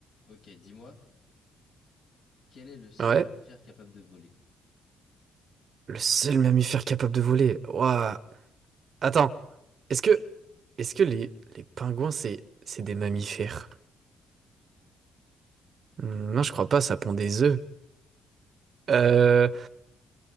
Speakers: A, on the left (about 70°); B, on the right (about 55°).
A: Ok, dis-moi, quel est le seul
B: Ouais,
A: mammifère capable de voler?
B: le seul mammifère capable de voler. Ouah. Attends, est-ce que est-ce que les, les pingouins c'est c'est des mammifères? Hmm, Non, je crois pas, ça pond des œufs. Euh,